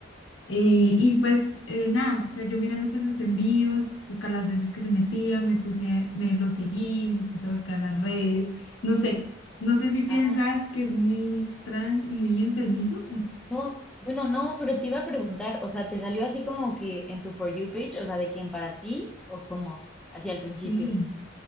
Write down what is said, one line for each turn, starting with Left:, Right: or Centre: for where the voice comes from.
Left: Eh, y pues eh, nada, o sea, yo mirando pues sus envíos, buscar las veces que se metía, me puse, me lo seguí, le puse a buscar las redes, no sé, no sé si piensas
Centre: Ajá.
Left: que es muy extraño, muy enfermizo.
Centre: No, bueno, no, pero te iba a preguntar, o sea, ¿te salió así como que en tu For You page, o sea, de quién para ti o cómo? Hacia el principio.
Left: Sí,